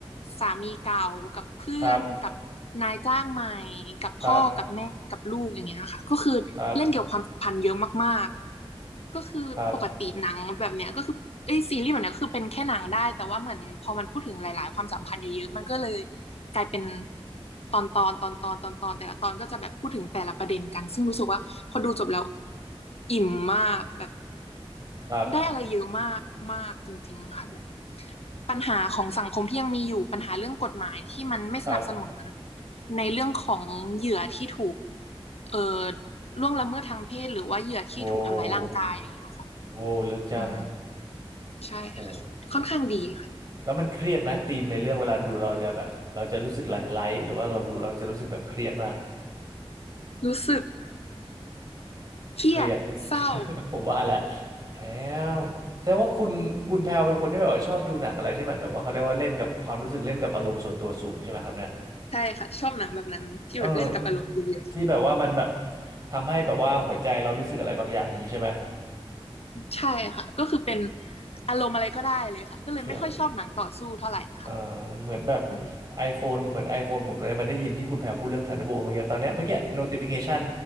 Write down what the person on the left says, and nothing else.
สามีเก่ากับเพื่อนกับนายจ้างใหม่
กับพ่อกับแม่กับลูกอย่างเงี้ยค่ะก็คือเล่นเกี่ยวกับความสัมพันธ์เยอะมากๆก็คือปกติหนังแบบเนี้ยก็คือเอ้ยซีรีส์แบบเนี้ยก็คือเป็นแค่หนังได้แต่ว่าเหมือนพอมันพูดถึงหลายๆความสัมพันธ์เยอะๆมันก็เลย
กลายเป็นตอนตอนตอนตอนตอนตอนแต่ละตอนก็จะแบบพูดถึงแต่ละประเด็นกันซึ่งรู้สึกว่าพอดูจบแล้วอิ่มมากแบบ
ได้อะไรเยอะมากมากจริงๆค่ะแบบ ปัญหาของสังคมที่ยังมีอยู่ปัญหาเรื่องกฎหมายที่มันไม่สนับสนุน
ในเรื่องของเหยื่อที่ถูกเอ่อล่วงละเมิดทางเพศหรือว่าเหยื่อที่ถูกทำร้ายร่างกายอย่างเงี้ยค่ะ
อืมใช่ค่ะค่อนข้างดีค่ะ
รู้สึกเครียดเศร้า
ใช่ค่ะชอบหนังแบบนั้นที่แบบเล่นกับอารมณ์เยอะ
ๆใช่ค่ะก็คือเป็นอารมณ์อะไรก็ได้เลยค่ะก็เลยไม่ค่อยชอบหนังต่อสู้เท่าไหร่ค่ะ
อืม